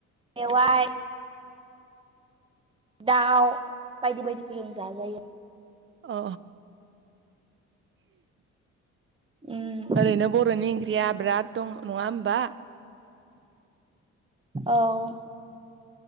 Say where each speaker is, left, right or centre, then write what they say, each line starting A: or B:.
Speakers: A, on the right; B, on the right.
A: मेवाइ दाउ बायदि बायदिफोरजों जाजायो।
B: अ
A: उम
B: ओरैनो बर'नि ओंख्रि या बिराद दं नङा होमबा।
A: औ